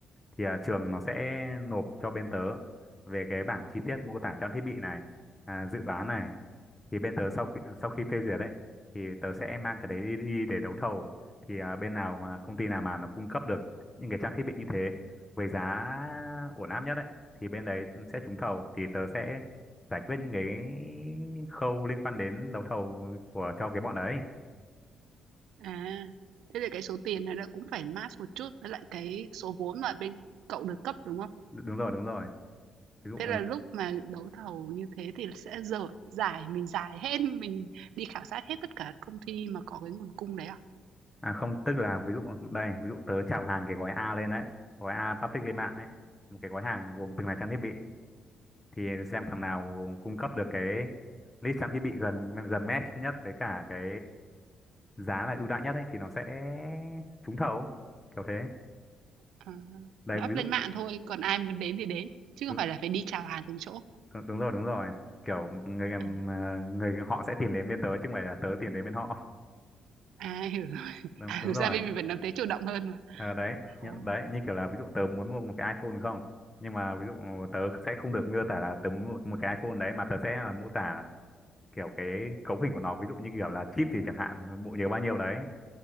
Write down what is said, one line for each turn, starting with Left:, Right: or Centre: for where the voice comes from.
Left: thì à, trường nó sẽ nộp cho bên tớ về cái bảng chi tiết mô tả trang thiết bị này à, dự toán này thì bên tớ sau khi sau khi phê duyệt đấy thì tớ sẽ mang cái đấy đi, đi để đấu thầu thì à, bên nào mà công ty nào mà nó cung cấp được những cái trang thiết bị như thế với giá ổn áp nhất đấy thì bên đấy sẽ trúng thầu thì tớ sẽ giải quyết những cái khâu liên quan đến đấu thầu của cho cái bọn đấy
Right: À, thế thì cái số tiền này nó cũng phải match một chút với lại cái số vốn mà bên cậu được cấp, đúng không?
Left: đúng rồi đúng rồi ví dụ
Right: Thế là lúc mà đấu thầu như thế thì sẽ dở giải mình giải hết, <laughs> mình đi khảo sát hết tất cả các công ty mà có cái nguồn cung đấy à?
Left: À không, tức là ví dụ đây, ví dụ tớ chào hàng cái gói A lên đấy, gói A public lên mạng đấy, một cái gói hàng gồm từng là trang thiết bị thì xem thằng nào cung cấp được cái list trang thiết bị gần gần match nhất với cả cái giá là ưu đãi nhất ấy thì nó sẽ trúng thầu kiểu thế.
Right: À,
Left: Đấy
Right: là up
Left: ví dụ
Right: lên mạng thôi, còn ai muốn đến thì đến, chứ
Left: đúng,
Right: không phải là phải đi chào hàng từng chỗ.
Left: đúng rồi đúng rồi, kiểu người
Right: À,
Left: người họ sẽ tìm đến bên tớ chứ không phải là tớ tìm đến bên họ.
Right: à <laughs> hiểu rồi.
Left: Đúng,
Right: À,
Left: đúng
Right: thực ra
Left: rồi.
Right: bên mình vẫn làm thế chủ động hơn mà.
Left: Ờ, đấy như,
Right: Ồ,
Left: đấy như kiểu là ví dụ tớ muốn mua một cái iPhone đúng không nhưng mà ví dụ tớ sẽ không được miêu tả là tớ muốn mua một cái iPhone đấy mà tớ sẽ là mô tả kiểu cái cấu hình của nó ví dụ như kiểu là chip gì chẳng hạn bộ nhớ bao nhiêu đấy